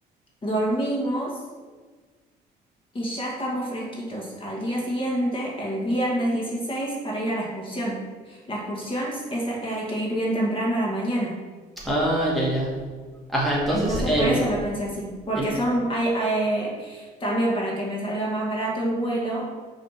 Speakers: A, on the left; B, in the centre.
A: dormimos y ya estamos fresquitos al día siguiente, el viernes 16, para ir a la excursión. La excursión es- eh, hay que ir bien temprano a la mañana.
B: Ah, ya, ya. Ajá, entonces
A: Entonces
B: el,
A: por eso lo pensé así, porque
B: En-
A: son, hay, hay- también para que me salga más barato el vuelo,